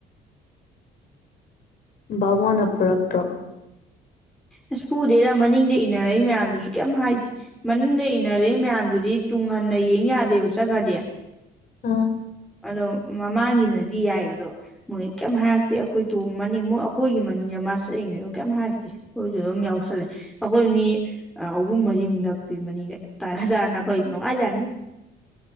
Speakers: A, on the left; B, in the centre.
A: ꯕꯥꯃꯣꯟꯅ ꯐꯨꯔꯛꯇ꯭ꯔꯣ
B: ꯑꯁ ꯐꯨꯗꯦꯗ ꯃꯅꯤꯡꯗ ꯏꯟꯅꯔꯛꯏ ꯃꯌꯥꯝꯗꯨꯖꯨ ꯀꯩꯝ ꯍꯥꯏꯗ ꯃꯅꯤꯡꯗ ꯏꯟ ꯢꯟꯅꯔꯛꯏ ꯃꯌꯥꯝꯗꯨꯗꯤ ꯇꯨꯡ ꯍꯟꯅ ꯌꯦꯡ ꯌꯥꯗꯦꯕ ꯆꯠꯈ꯭ꯔꯥꯗꯤ
A: ꯑꯣ
B: ꯑꯗꯣ ꯃꯃꯥꯡꯒꯤꯅꯗꯤ ꯌꯥꯏ ꯑꯗꯣ ꯃꯣꯏ ꯀꯩꯝ ꯍꯥꯏꯔꯛꯇꯦ ꯑꯈꯣꯏ ꯇꯣꯡꯃꯅꯤꯡ ꯃꯣꯏ ꯑꯈꯣꯏꯒꯤ ꯃꯅꯤꯡꯗ ꯃꯥ ꯆꯠꯂꯤꯅꯤ ꯑꯗꯨ ꯀꯩꯝ ꯍꯥꯏꯔꯛꯇꯦ ꯑꯈꯣꯏꯖꯨ ꯑꯗꯨꯝ ꯌꯥꯎꯁꯜꯂꯦ ꯑꯈꯣꯏ ꯃꯤ ꯑ ꯑꯍꯨꯝ ꯃꯔꯤꯃꯨꯛ ꯅꯞꯄꯤ ꯃꯅꯤꯡꯗ ꯇꯥꯅ ꯇꯥꯅ ꯑꯈꯣꯏ ꯅꯨꯡꯉꯥꯏꯖꯥꯠꯅꯤ